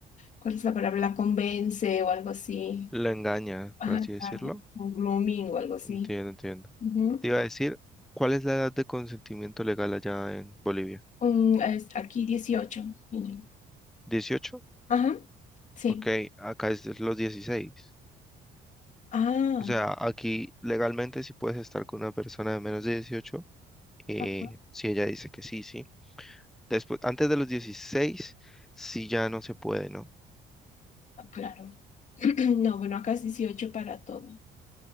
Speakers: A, on the left (about 45°); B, in the centre.
A: ¿cuál es la palabra? La convence o algo así.
B: Lo engaña,
A: Ajá,
B: por así decirlo.
A: claro, un grooming o algo así.
B: Entiendo, entiendo.
A: Ujú.
B: Te iba a decir, ¿cuál es la edad de consentimiento legal allá en Bolivia?
A: Mm, es aquí dieciocho niño.
B: ¿18?
A: Ajá, sí.
B: Ok, acá es de los 16.
A: Ah,
B: O sea, aquí legalmente sí puedes estar con una persona de menos de 18, eh,
A: ajá,
B: si ella dice que sí, sí. Después, antes de los 16, sí ya no se puede, ¿no?
A: ah, claro. <clears throat> No, bueno, acá es dieciocho para todo.